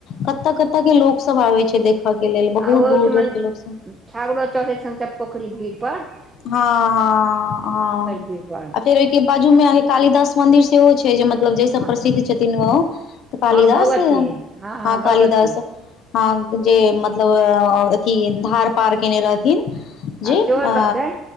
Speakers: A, on the left; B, on the right.
A: कत्त कत्त के लोक सब आबै छै देख के लेल बहुत
B: आ ओहिठमन
A: दूर दूर के लोक सब
B: छागड़ो चढ़ै छनि सभ पोखरि भीड़ पर
A: हँ हँ हँ
B: भीड़पर
A: आ फेर ओइ के बाजू में अइ कालिदास मंदिर सेहो छै जे मत मतलब जैस
B: हँ
A: प्रसिद्ध छथिन ओ तऽ कालिदास
B: हँ भगवती
A: हँ
B: भगवती
A: कालिदास हँ जे मतलब अथी धार पार केने रहथिन जे
B: आ
A: ओ
B: सेहोसभ छै